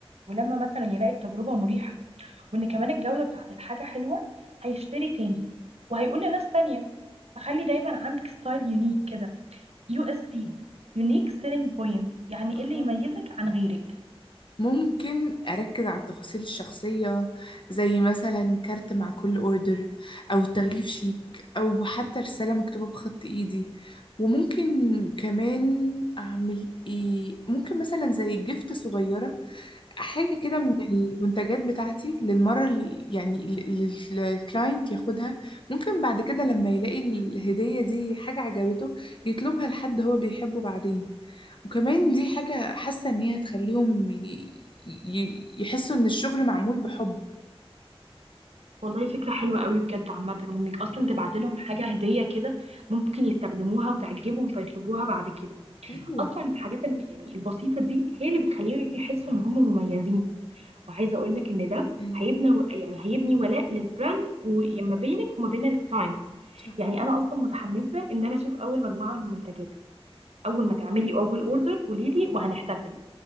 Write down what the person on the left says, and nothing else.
صح
ممكن أركز على التفاصيل الشخصية زي مثلا كارت مع كل أوردر أو تغليف شيك أو حتى رسالة مكتوبة بخط إيدي وممكن كمان أعمل إيه ممكن مثلا زي جيفت صغيرة حاجة كده من المنتجات بتاعتي للمرة ال- يعني للكلاينت ياخدها ممكن بعد كده لما يلاقي الهدية دي حاجة عجبته يطلبها لحد هو بيحبه بعدين وكمان دي حاجة حاسة إن هي هتخليهم ي... ي... يحسوا إن الشغل معمول بحب
أيوة
إيه
صح.